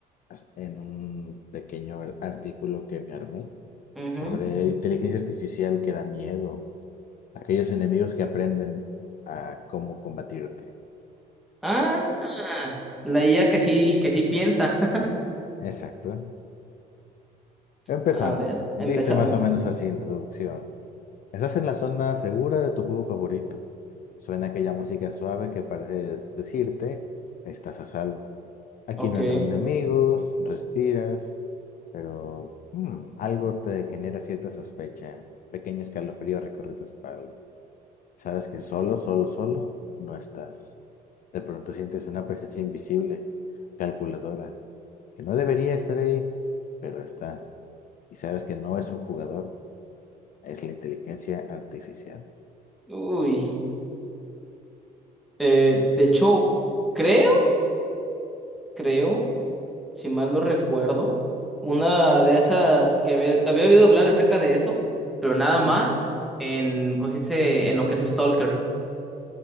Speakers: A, on the left; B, in the centre.
A: as- en un pequeño artículo que me armé
B: Ujú.
A: sobre inteligencia artificial que da miedo, aquellos enemigos que aprenden a cómo combatirte.
B: Ah, ah, la IA que sí, que sí piensa.
A: Exacto.
B: <laughs>
A: Empezando,
B: A ver, empezamos.
A: dice más o menos así introducción. Estás en la zona segura de tu juego favorito. Suena aquella música suave que parece decirte, estás a salvo. Aquí
B: Ok,
A: no entran enemigos, respiras, pero mm, algo te genera cierta sospecha. Pequeño escalofrío recorre tu espalda. Sabes que solo, solo, solo no estás. De pronto sientes una presencia invisible, calculadora, que no debería estar ahí, pero está. Y sabes que no es un jugador, es la inteligencia artificial.
B: uy, eh, de hecho, creo, creo, si mal no recuerdo, una de esas que había, había oído hablar acerca de eso, pero nada más en, ¿cómo se dice? en lo que es Stalker.